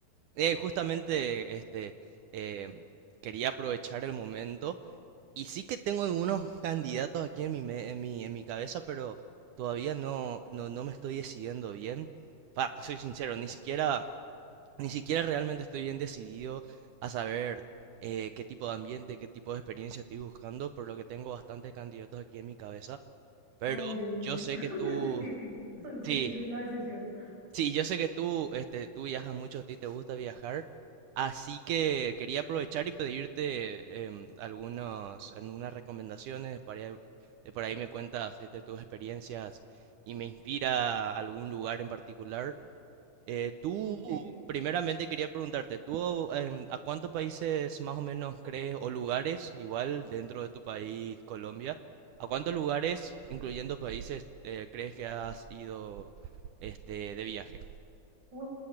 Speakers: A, on the right; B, on the right.
A: eh, justamente este, em, quería aprovechar el momento. Y sí que tengo algunos candidatos aquí en mi, me- en mi, en mi cabeza, pero todavía no, no, no me estoy decidiendo bien. Pa, te soy sincero, ni siquiera... Ni siquiera realmente estoy bien decidido a saber eh, qué tipo de ambiente, qué tipo de experiencia estoy buscando, por lo que tengo bastantes candidatos aquí en mi cabeza. Pero
B: Oh, Dios mío,
A: yo sé
B: <laughs>
A: que tú,
B: es difícil, <laughs> es difícil
A: sí,
B: la decisión.
A: sí, yo sé que tú, este, tú viajas mucho, a ti te gusta viajar, así que quería aprovechar y pedirte em, algunos, algunas recomendaciones para, ir- eh, por ahí me cuentas este, tus experiencias y me inspira algún lugar en particular. Eh, tú,
B: ok.
A: primeramente quería preguntarte, ¿tú em, a cuántos países más o menos crees, o lugares, igual dentro de tu país, Colombia, a cuántos lugares, incluyendo países, eh, crees que has ido este, de viaje?
B: Uy,